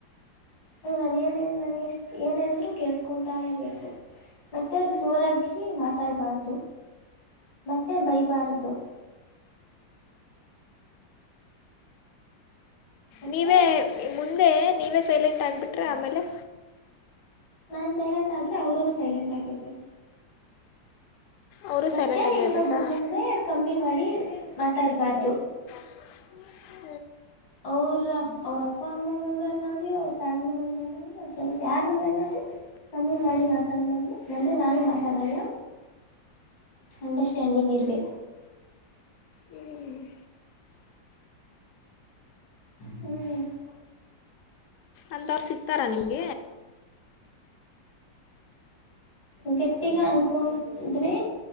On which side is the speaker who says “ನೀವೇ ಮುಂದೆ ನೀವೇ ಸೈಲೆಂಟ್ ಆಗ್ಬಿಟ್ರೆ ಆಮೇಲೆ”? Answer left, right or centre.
Left